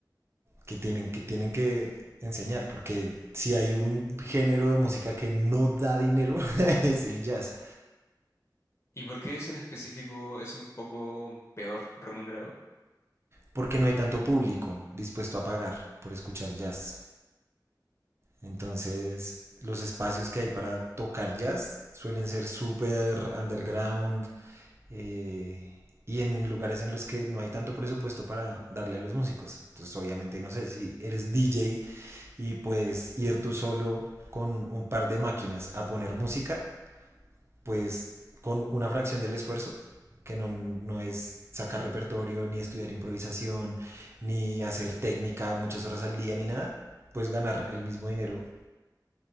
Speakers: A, on the right; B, on the left.
A: que tienen que, tienen que enseñar, porque si hay un género de música que no da dinero, <laughs> es el jazz,
B: ¿Y por qué eso en específico es un poco peor remunerado?
A: porque no hay tanto público dispuesto a pagar por escuchar jazz. Entonces, los espacios que hay para tocar jazz suelen ser súper underground eh, y en lugares en los que no hay tanto presupuesto para darle a los músicos. Entonces, obviamente, no sé si eres DJ y puedes ir tú solo con un par de máquinas a poner música, pues con una fracción del esfuerzo, que no, no es sacar repertorio, ni estudiar improvisación, ni hacer técnica muchas horas al día, ni nada, pues ganar el mismo dinero